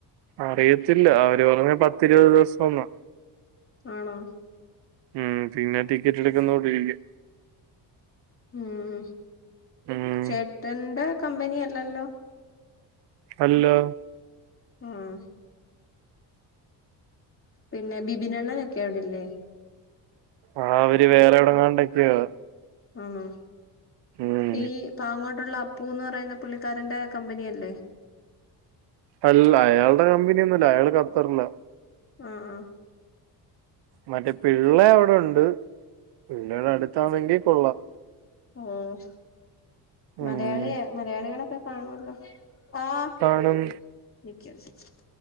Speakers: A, on the right; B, on the left.
A: അറിയത്തില്ല, അവര് പറഞ്ഞെ പത്തിരുപത് ദിവസം ന്നാ.
B: ആണോ.
A: ഉം, പിന്നെ ടിക്കറ്റ് എടുക്കുന്നൂട്ടിരിക്കും.
B: ഉം,
A: ഉം
B: ചേട്ടന്റെ കമ്പനി അല്ലല്ലോ?
A: അല്ലാ.
B: ആഹ്. പിന്നെ ബിബിനണ്ണനൊക്കെ അവിടില്ലേ.
A: ആഹ് അവര് വേറെ എവിടെങ്ങാണ്ടൊക്കെയാ.
B: ആന്നോ,
A: ഉം
B: ഈ പ്പാങ്ങോട്ടുള്ള. പൂന്ന് പറയുന്ന പുള്ളിക്കാരന്റെ കമ്പനിയല്ലേ.
A: അല്ല അയാൾടെ കമ്പനിയൊന്നു അല്ലാ അയാള് കത്തറിലാ.
B: ആഹ് അഹ്
A: മറ്റേ പിള്ളേ അവിടെ ഉണ്ട്. പിള്ളേടെ അടുത്താണെങ്കി കൊള്ളാം.
B: ആഹ്. മലയാളിയ,
A: ഉം
B: മലയാളികളൊക്കെ കാണുവല്ലോ ആഹ്.
A: കാണും.
B: <unintelligible>